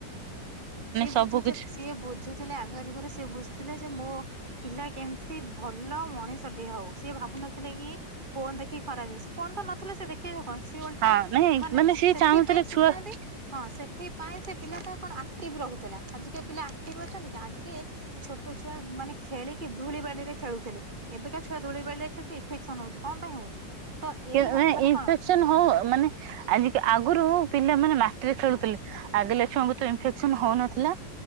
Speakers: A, on the right; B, on the right.
A: ସିଏ ବୁଝୁ
B: ସବୁ କିଛି
A: ସିଏ ବୁଝୁଥିଲେ ଆଗ ଯୁଗରେ ସିଏ ବୁଝୁଥିଲେ ଯେ ମୋ ପିଲା କେମିତି ଭଲ ମଣିଷଟି ହଉ, ସିଏ ଭାବୁନଥିଲେ କି ଫୋନ ଦେଖି ଖରା ଜ ଫୋନ୍ ତ ନଥିଲା ସେ ଦେଖେଇବେ କଣ ଓଲଟା
B: ହଁ ନାଇଁ
A: ମାନେ
B: ସିଏ
A: ସେଥିପାଇଁ
B: ଚାହୁଁଥିଲେ
A: ଶୁଣୁନାହାନ୍ତି?
B: ଛୁଆ
A: ହଁ ସେଥିପାଇଁ ସେ ପିଲାଟା କଣ ଆକ୍ଟିଭ ରହୁଥିଲା ଆଜିକା ପିଲା ଆକ୍ଟିଭ ଅଛନ୍ତି କି ଆଗେ? ଛୋଟ ଛୁଆ ମାନେ ଖେଳିକି ଧୂଳି ବାଲିରେ ଖେଳୁଥିଲେ ଏବେକା ଛୁଆ ଧୂଳି ବାଲି ରେ ଖେଳ ଇଜଙ୍କସନ ହଉଛି କଣ ପାଇଁ ହଉଛି ତ ଏଇ
B: ଇନଫେକ୍ସନ
A: ମାନେ କଣ
B: ହଉ ମାନେ ଆଜି ଆଗରୁ ହଉ ପିଲାମାନେ ମାଟିରେ ଖେଳୁଥିଲେ। ଆଗଲେ ଛୁଆଙ୍କୁ ତ ଇନଫେକ୍ସନ ହଉନଥିଲା